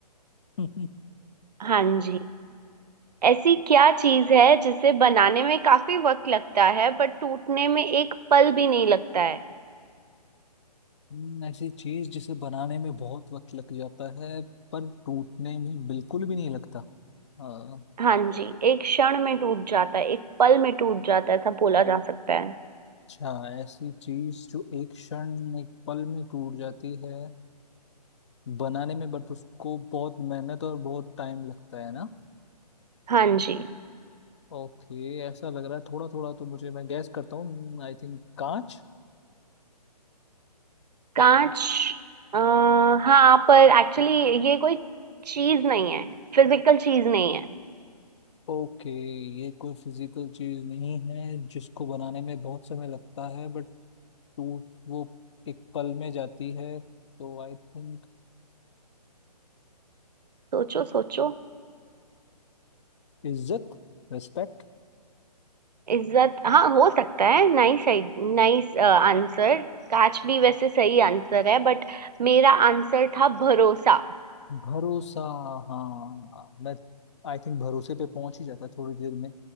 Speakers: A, on the left; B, on the right.
A: हैं <laughs>
B: हाँ जी ऐसी क्या चीज़ है जिसे बनाने में काफी वक्त लगता है बट टूटने में एक पल भी नहीं लगता है
A: हम्म, ऐसी चीज जिसे बनाने में बहुत वक्त लग जाता है पर टूटने में बिल्कुल भी नहीं लगता हाँ,
B: हाँ जी एक क्षण में टूट जाता है एक पल में टूट जाता है ऐसा बोला जा सकता है
A: अच्छा ऐसी चीज जो एक क्षण एक पल में टूट जाती है बनाने में बट उसको बहुत मेहनत और बहुत टाइम लगता है ना
B: हाँ जी
A: ओके ऐसा लग रहा है थोड़ा थोड़ा तो मुझे मैं गैस करता हूँ आई थिंक कांच
B: कांच आ, हाँ पर एक्चुअली ये कोई चीज नहीं है फिजिकल चीज नहीं है
A: ओके ये कोई फिजिकल चीज नहीं है जिसको बनाने में बहुत समय लगता है बट टूट वो एक पल में जाती है तो आई थिंक
B: सोचो सोचो
A: इज्जत रिस्पेक्ट
B: इज्जत हाँ हो सकता है नाइस Nice answer कांच भी वैसे सही आंसर है बट मेरा आंसर था भरोसा
A: भरोसा हाँ मैं आई थिंक भरोसे पे पहुंच ही जाता है थोड़ी देर में